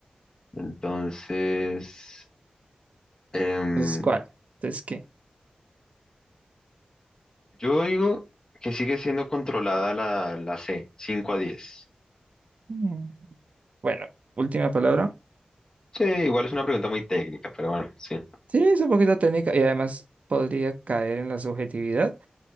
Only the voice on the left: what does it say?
Entonces, em,
yo digo que sigue siendo controlada la, la C, 5 a diez
Sí, igual es una pregunta muy técnica, pero bueno, sí.